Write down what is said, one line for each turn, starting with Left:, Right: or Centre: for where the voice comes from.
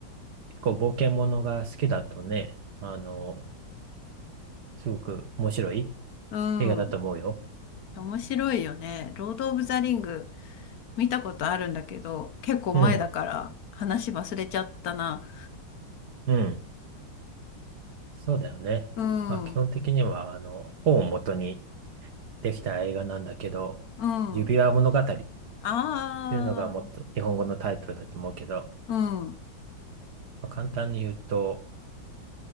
Right: 結構冒険ものが好きだとね、あの、すごく面白い
Left: うん。
Right: 映画だと思うよ。
Left: 面白いよね。ロード・オブ・ザ・リング見たことあるんだけど、結構前だから話忘れちゃったな。
Right: うん、うん。そうだよね。
Left: うん、
Right: まあ基本的には、
Left: う
Right: あの、本を元にできた映画なんだけど、
Left: ん。
Right: 指輪物語
Left: ああ、
Right: っていうのがもっと日本語のタイトルだと思うけど、
Left: うん、
Right: まあ、簡単に言うと、